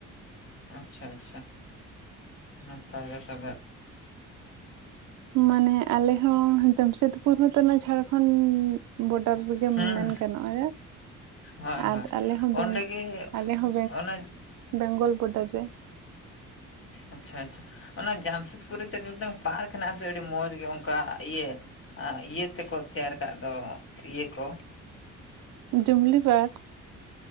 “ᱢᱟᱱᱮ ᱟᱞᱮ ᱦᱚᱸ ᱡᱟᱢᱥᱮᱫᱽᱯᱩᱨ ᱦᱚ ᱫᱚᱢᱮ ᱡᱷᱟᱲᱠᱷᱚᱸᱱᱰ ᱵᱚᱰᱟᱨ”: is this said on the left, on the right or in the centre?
Right